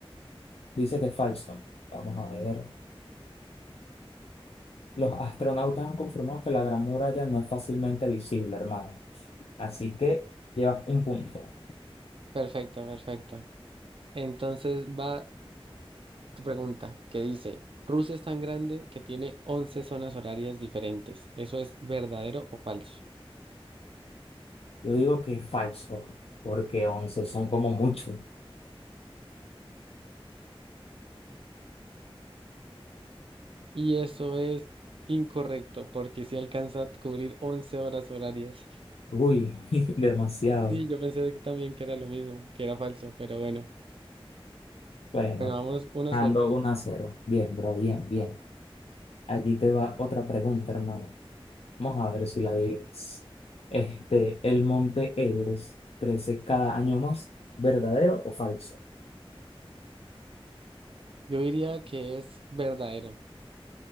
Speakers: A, on the left; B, on the right.
A: Dice que es falso. Vamos a ver. Los astronautas han confirmado que la Gran Muralla no es fácilmente visible, hermano. Así que llevas un punto.
B: Perfecto, perfecto. Entonces va tu pregunta, que dice, Rusia es tan grande que tiene 11 zonas horarias diferentes. ¿Eso es verdadero o falso?
A: Yo digo que es falso, porque 11 son como mucho.
B: Y eso es incorrecto, porque si alcanza a cubrir 11 horas horarias. <laughs>
A: Uy, <laughs> demasiado.
B: Sí, yo pensé que también que era lo mismo, que era falso, pero bueno.
A: Bueno,
B: Bueno, vamos uno
A: ando
B: cero.
A: 1 a 0. Bien, bro, bien, bien. Aquí te va otra pregunta, hermano. Vamos a ver si la adivinas. Este, ¿el monte Everest crece cada año más? ¿Verdadero o falso?
B: Yo diría que es verdadero.